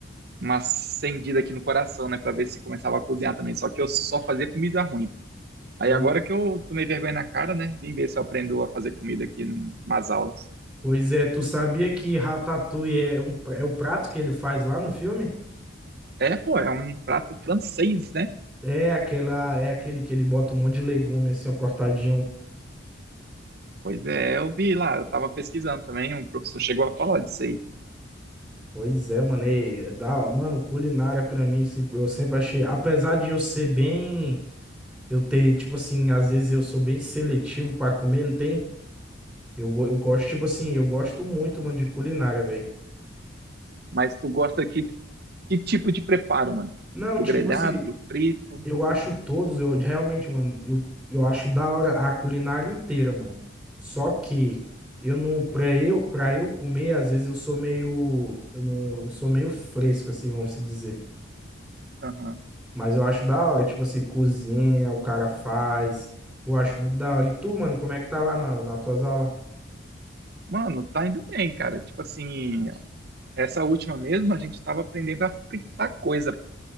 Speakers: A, on the right; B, in the centre.
A: uma acendida aqui no coração, né, pra ver se começava a cozinhar também. Só que eu só fazia comida ruim, Aí
B: Pois
A: agora que eu tomei vergonha na cara, né? Vim ver se eu aprendo a fazer comida aqui nas aulas.
B: Pois é, tu sabia que Ratatouille é, um, pra- é o prato que ele faz lá no filme?
A: É, pô, é um prato francês, né?
B: É aquela, é aquele que ele bota um monte de legume assim, ó, cortadinho.
A: Pois é, eu vi lá, eu tava pesquisando também, um professor chegou a falar disso aí.
B: Pois é, mano, e, é da, mano, culinária pra mim, assim, eu sempre achei, apesar de eu ser bem Eu tenho, tipo assim, às vezes eu sou bem seletivo pra comer, não tem? Eu, go- eu gosto, tipo assim, eu gosto muito, mano, de culinária, velho.
A: Mas tu gosta que, que tipo de preparo, mano?
B: Não,
A: Do
B: tipo
A: grelhado,
B: assim,
A: do frito?
B: eu acho todos, eu realmente, mano, eu, eu acho da hora a culinária inteira, mano. Só que eu não, pra eu, pra eu comer, às vezes eu sou meio, eu não, eu sou meio fresco, assim, vamos se dizer.
A: Aham.
B: Mas eu acho da hora, tipo assim, cozinha, o cara faz. Eu acho muito da hora. E tu, mano, como é que tá lá na, nas tuas aulas?
A: Mano, tá indo bem, cara. Tipo assim, Essa última mesmo, a gente estava aprendendo a fritar coisa,